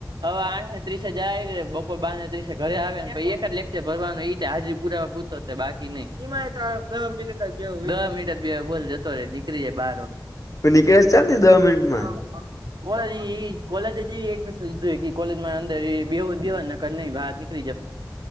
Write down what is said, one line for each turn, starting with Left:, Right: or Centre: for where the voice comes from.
Right: હવા આઠ ને ત્રીસ હજ આવી ર બપર બાાર ને ત્રીસ ઘરે આવેને એક જ લેક્ચર ભરવાનું એ રતે હાજરી પુરાવા પૂરતો બાકી નહી મિનિટ દ મિનિ જ બોલ જતો રે નીકળી જાય બાર. <inaudible>
Left: નીકળે ચાલતી દહ મિનિટમાં
Right: કો કોલેજ જ એ એડમિશન લીધું કોલેજ માં અંદર એ બે બેવા નક નઈ બહાર નીકળ.